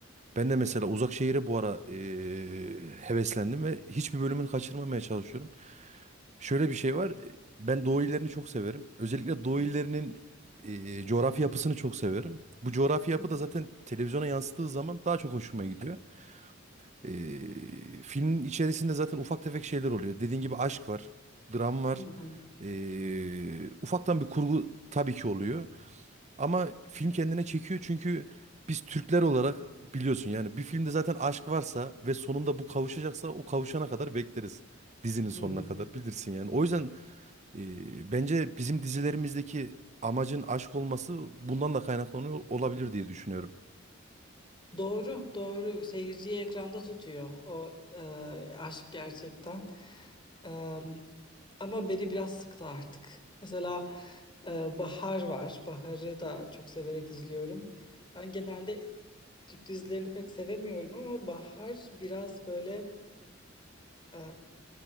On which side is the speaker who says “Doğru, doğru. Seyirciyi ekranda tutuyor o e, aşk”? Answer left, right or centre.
Left